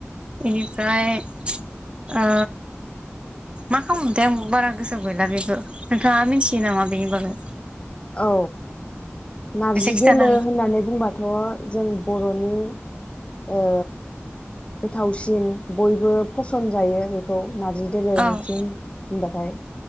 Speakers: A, on the right; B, on the left.
A: इनि फ्राय आ मा मा खामो मोनथाय आंबो बारा गोसोआव गैला बेखो। नोंथाङा मिथियो नामा? बेनिबागै
B: औ नारजि
A: खिथानो
B: दोलो होननानै बुंबाथ' जों बर'नि ओ गोथावसिन बयबो फसन जायो बेखौ नारजि दोलो
A: हागोन
B: ओंख्रि होन बाथाय